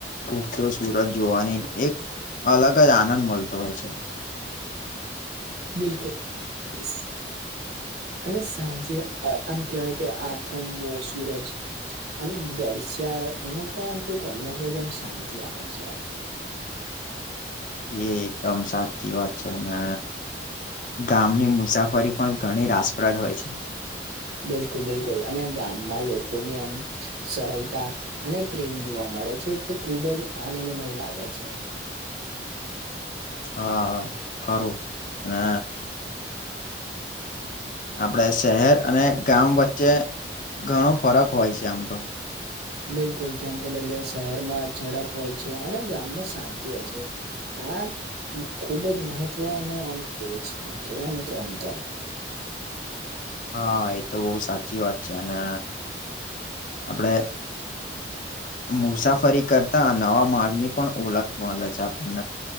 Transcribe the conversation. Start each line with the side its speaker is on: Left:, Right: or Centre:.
Left: ઉગતો સુરત જોવાની એક અલગ જ આનંદ મલતો હોય છે
Right: બિલકુલ સ અને સાંજે આમ કહેવાય કે આથમવો સૂરજ આમ દર્શ્યા એનું પણ આમ કઈક અલગ જ આમ શાંતિ આપે છે આમ
Left: એ એકદમ સાચી વાત છે ને ગામની મુસાફરી પણ ઘણી રાસપ્રદ હોય છે
Right: બિલકુલ બિલકુલ અને ગામમાં લોકોની આમ સરળતા અને પ્રેમ જોવા મળે છે તે ખુબ જ આનંદમય લાગે છે
Left: હા હરુ ને આપડે શહેર અને ગામ વચ્ચે ઘણો ફરક હોય છે આમ તો
Right: બિલકુલ જેમ કે લઈ લીએ શહેરમાં ઝડપ હોય છે અને ગામમાં શાંતિ હોય છે હા ખુબ જ મહત્વનું આમ એ છે આમ કેહેવાય ને કે અંતર
Left: હા એ તો બો સાચી વાત છે અને આપડે મુસાફરી કરતા નવા માર્ગ ની પણ ઓળખ મળે છે આપણને